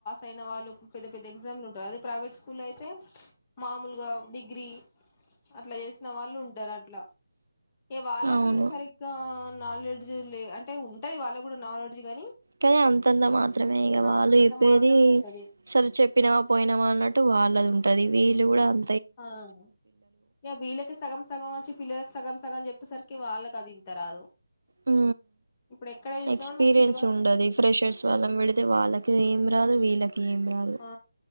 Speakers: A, on the left; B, on the right.
A: అయిన వాళ్ళు పెద్ద పెద్ద ఎగ్జామ్లు ఉంట అదే ప్రైవేట్ స్కూల్ అయితే మామూలుగా డిగ్రీ అట్లా చేసిన వాళ్ళు ఉంటారు అట్లా ఏ వాళ్ళకి
B: అవును
A: సరిగ్గా నాలెడ్జ్ లే అంటే ఉంటది వాళ్ళ కూడా నాలెడ్జ్ గానీ
B: కానీ అంతంతా మాత్రమే ఇక వాళ్ళు
A: అంతంత
B: చెప్పేది
A: మాత్రమే
B: ది
A: ఉంటది
B: చదువు చెప్పినమా పోయినమా అన్నట్టు వాళ్ళది ఉంటది వీళ్ళు కూడా అం
A: ఆ వీళ్ళ కు సగం సగం వచ్చి పిల్లలకు సగం సగం చెప్పేసరికి వాళ్ళకి అది ఇంతా రాదు
B: హు
A: ఇప్పుడు ఎక్కడ చూసినా
B: ఎక్స్పీరియన్స్
A: కూడా మాకు సిలబస్
B: ఉండది ఈ ఫ్రెషర్స్ వాళ్లను పెడితే వాళ్ళకి ఏమి కాదు వీళ్ళకి ఏం రాదు
A: ఆ